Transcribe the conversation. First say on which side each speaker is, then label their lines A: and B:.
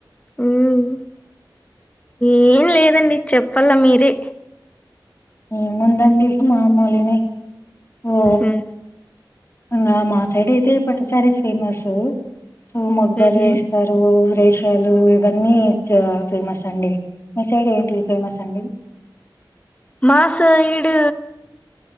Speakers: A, on the left (about 15°); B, on the left (about 35°).
A: మ్మ్ ఏం లేదండి. చెప్పాల్ల మీరే
B: ఏముందండి. మామూలునే ఓ
A: మ్మ్
B: ఇంగ మా సైడ్ అయితే పట్టు సారీస్ ఫేమస్ స్ మొగ్గలు
A: మ్మ్
B: ఏస్తారు. రేష్ లు ఇవన్నీ చాలా ఫేమస్ అండి. మిసైడ్ ఏంటి ఫేమస్ అండి
A: మా సైడ్